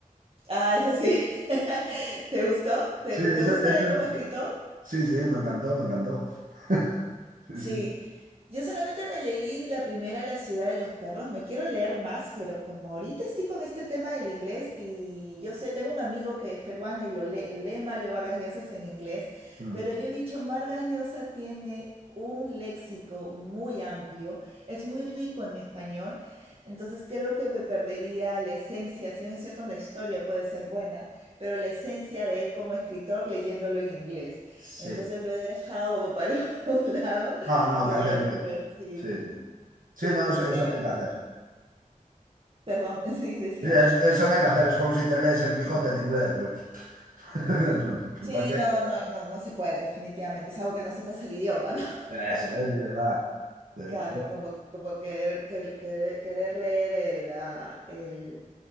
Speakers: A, on the right (about 45°); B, on the right (about 75°).
A: Ah, ese sí. <laughs> ¿Te gustó? ¿Te,
B: sí, ese,
A: te gusta
B: ese
A: él como
B: me-
A: escritor?
B: sí, sí, me encantó, me encantó, <laughs> sí,
A: Sí,
B: sí,
A: yo solamente me leí la primera, La ciudad de los perros. Me quiero leer más, pero como ahorita estoy con este tema del inglés y yo sé, tengo un amigo que es peruana y lo lee, lee Mario Vargas Llosa en inglés,
B: Mm.
A: pero yo he dicho, Vargas Llosa tiene un léxico muy amplio, es muy rico en español, entonces creo que me perdería la esencia, si bien es cierto, la historia puede ser buena, pero la esencia de él como escritor leyéndolo en inglés.
B: sí,
A: Entonces lo he dejado como para <laughs> un lado
B: no, no,
A: y
B: que haces
A: ya después,
B: bien,
A: sí,
B: sí, sí. Sí,
A: sí,
B: no, eso,
A: porque,
B: eso no hay que hacer.
A: perdón, <laughs> sí, decías.
B: Sí, es- eso no hay que hacer. Es como si te lees el Quijote en inglés. Pues, <laughs>
A: Sí,
B: ¿para qué?
A: no, no, no, no se puede, definitivamente, salvo que no sepas el idioma, ¿no? <laughs>
B: Eso es, dice, va. Eh,
A: Claro, como, como querer, querer, querer, querer leer el, ah, el,